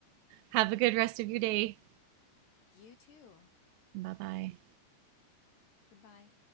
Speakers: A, on the right; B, on the left.
A: Have a good rest of your day.
B: You too.
A: Bye bye.
B: Goodbye.